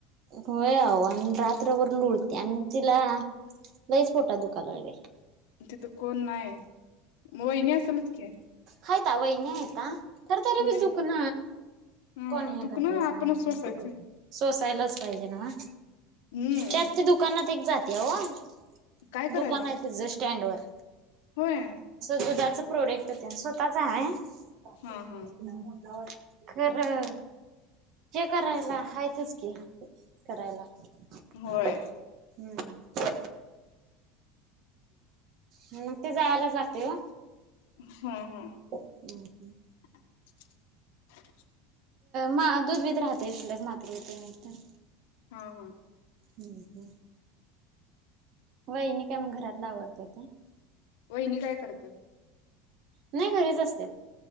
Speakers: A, on the right; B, on the left.
A: होय आओ आणि रात त्रभर लोळ -- त्या तिला लईच पोटात दुखाय लागलंय
B: तिथं कोण नाही. वहिनी असेलच की
A: हाईता वहिनी हाईता खरं तरी
B: हम्म
A: बी दुखन
B: ह
A: कोण हे
B: दुखणं
A: करतयं
B: आपणच
A: सांगा
B: सोसायचं
A: दुखलं सोसायलाच पाहिजे नव्हं
B: हम्म
A: त्यात ते दुकानात एक जा तिया ओ
B: काय करायला
A: दुकान हाय तिजं शि -- स्टँड वर
B: होय.
A: दुधाच प्रोडक्ट तेण स्वतःच हाय. <unintelligible>
B: हा हा
A: खरं ते करायला हाईतचं कि करायला
B: होय
A: हम्म म ते जायलाच लागतंय ओ
B: हम् हम.
A: हम्म‌्.
B: <inaudible>
A: म दूध बीध राहतंय शिल्लक मात्र होतेय म्हणून.
B: हा, हा.
A: हम्म हम्. वहिणी काय मग घरातलं आवरत्याता
B: वहिणी काय करत्यात
A: नाही घरीच असत्यात